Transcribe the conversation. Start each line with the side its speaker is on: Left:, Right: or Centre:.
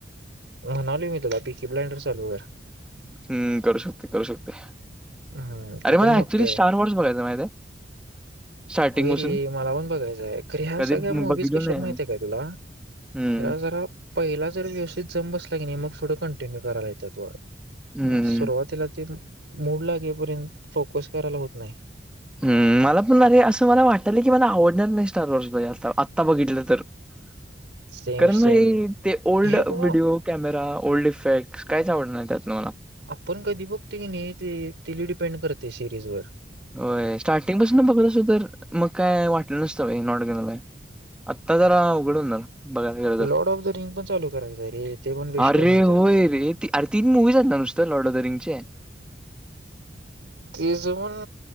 Right: ह नाल मी तुला पी की ब्लांडर चालूर <inaudible>
Centre: हम्म करू शकते करू शकते
Right: हं, ती
Centre: अरे मला
Right: पण मोठी
Centre: ऍक्च्युली
Right: आहे.
Centre: स्टार वॉर्स बघायचं माहिित आहे <inaudible> स्टार्टिंग
Right: होय
Centre: पासून
Right: रे मला पण बघायचंय खर ह्या
Centre: कधी
Right: सगळ्या
Centre: बघितलं
Right: मुूवीज कशात
Centre: नाही
Right: माहित
Centre: मी.
Right: आहे काय तुला <inaudible>
Centre: हम्म
Right: तला जरा पहिला जर व्यवस्थित जम बसला की नाही मग पुुढं कण <inaudible> केतवातला
Centre: हम्म
Right: <inaudible> मूड ला गेपर्यंत फोकस करायला होत नाही
Centre: <inaudible> हम् मला पण अरे असं मला वाटलं की मला आवडणार नाही स्टार वर्षज आता आत्ता बघितलं तर <inaudible>
Right: सेम
Centre: कारण
Right: सेम.
Centre: नाही ते ओल्ड
Right: हे बुवा
Centre: व्हिडिओ कॅमेरा ओल्ड इफेक्् कायच आवडणार नाही त्यातन मला <inaudible>
Right: <inaudible> आपण कधी बघते की नाही ते तिली डिपेंड करते सिरीज वर
Centre: <inaudible> होय स्टार्टिंग पासून तर बघत अस तर मग काय वाटलं नसतं नॉट गे <inaudible> आत्ता जरा उघडून ना बघ गेलं
Right: लॉर्ड
Centre: तर
Right: ऑफ द रिंग पण चालू करायचं
Centre: <inaudible>
Right: आहे रे, ते पण बेस्ट
Centre: अरे
Right: आहे म्हणतात.
Centre: होय रे अरे तीन मुूवीज आहेत ना नुसतं लॉडोदरिंगचे
Right: <inaudible> त ज पण